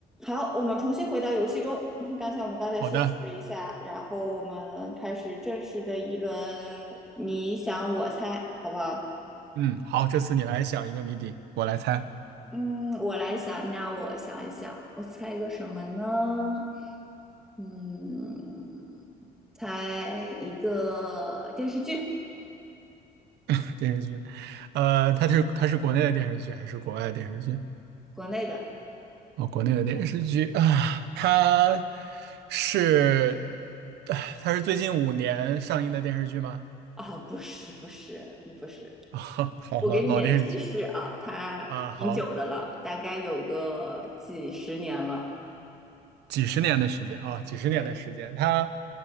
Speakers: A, in the centre; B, on the right.
A: 好，我们重新回到游戏中。刚才我们刚才休息了一下，
B: 好的，
A: 然后我们开始正式的一轮，你想我猜，好不好？
B: 嗯，好，这次你来想一个谜底，我来猜
A: 嗯，我来想，让我想一想，我猜一个什么呢？嗯，猜一个电视剧，
B: <laughs> 电视剧。呃，它是它是国内的电视剧还是国外的电视剧？
A: 国内的。
B: 哦，国内的电视剧啊，它是啊它是最近五年上映的电视剧吗？
A: 啊、不是，不是，不是。
B: <laughs> 啊，好，
A: 我给你点提示啊，
B: 老老电视剧
A: 它挺久的了，
B: 啊，好，
A: 大概有个几十年了。
B: 几十年的时间啊，几十年的时间，
A: 对，
B: 他，